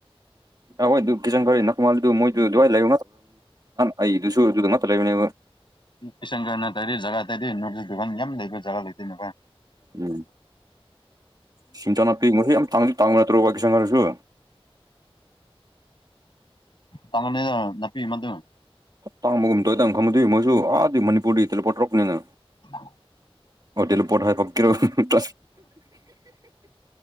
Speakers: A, on the right (about 40°); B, on the left (about 55°).
A: ꯑꯣꯏ ꯀꯆꯟ ꯈꯔ ꯅꯅꯥ ꯀ ꯃꯥꯜ ꯃꯣꯏ ꯗꯋꯥ ꯂꯩ ꯑꯩ ꯁ ꯑꯗꯨꯗ ꯃ ꯂꯩꯅꯦ
B: ꯀꯤꯁꯟꯒꯔꯅ ꯇꯧꯔꯤ ꯖꯒꯥ ꯇꯔꯤ ꯅ ꯗꯨꯀꯥꯟ ꯌꯥꯝ ꯂꯩꯕ ꯖꯒꯥ ꯂꯩꯇꯣꯏꯅꯦꯚꯥꯏ
A: ꯎꯝ ꯁꯤꯤꯟꯊ ꯅꯥꯄꯤ ꯃꯍꯩ ꯌꯥꯝ ꯇꯥꯡ ꯇꯅꯠꯇ꯭ꯔꯣ ꯋꯥꯀꯤꯁꯟ ꯑꯣꯏꯔꯁꯨ
B: ꯇꯥꯉꯅꯗ ꯅꯄꯤ ꯃꯗꯨ
A: ꯇꯥꯡꯕꯒꯨꯝ ꯇꯣꯏꯇꯪ ꯈꯪꯗꯣꯏ ꯃꯣꯏꯁꯨ ꯑꯥꯗꯤ ꯃꯅꯤꯄꯨꯔꯗꯤꯂꯄꯇ꯭ꯔꯣꯄꯅꯤꯅ
B: ꯑ
A: ꯍꯣꯇꯦꯜ ꯄꯣꯠ ꯍ ꯍꯥꯏ ꯐꯀꯤꯔꯣ ꯇ